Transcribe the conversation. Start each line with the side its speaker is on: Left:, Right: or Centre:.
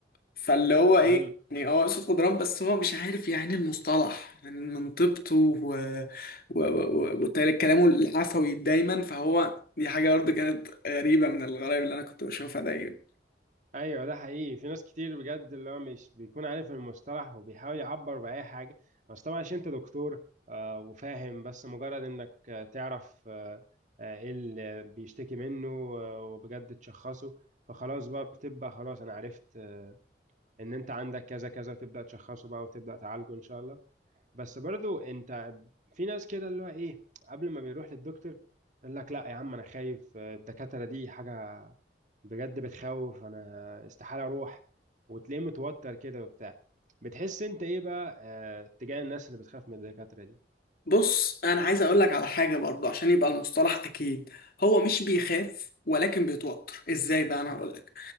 Left: فاللي هو ايه
Right: <laughs>
Left: يعني هو صوت جدران بس هو مش عارف يعني المصطلح يعني من طيبته و... و... و... وكلامه العفوي دايما فهو دي حاجة برضه كانت غريبة من الغرائب اللي أنا كنت بشوفها دايما
Right: ايوه ده حقيقي في ناس كتير بجد اللي هو مش بيكون عارف المصطلح وبيحاول يعبر باي حاجه بس طبعا عشان انت دكتور آه، وفاهم بس مجرد انك آه، تعرف آه، آه، ايه اللي بيشتكي منه آه، وبجد تشخصه فخلاص بقى بتبقى خلاص انا عرفت آه، ان انت عندك كذا كذا تبدا تشخصه بقى وتبدا تعالجه ان شاء الله بس برضو انت في ناس كده اللي هو ايه قبل ما بيروح للدكتور يقول لك لا يا عم انا خايف الدكاترة دي حاجة بجد بتخوف انا استحالة اروح وتلاقيه متوتر كده وبتاع بتحس انت ايه بقى اه تجاه الناس اللي بتخاف من الدكاترة دي
Left: بص انا عايز اقول لك على حاجه برضه عشان يبقى المصطلح اكيد هو مش بيخاف ولكن بيتوتر ازاي بقى انا هقول لك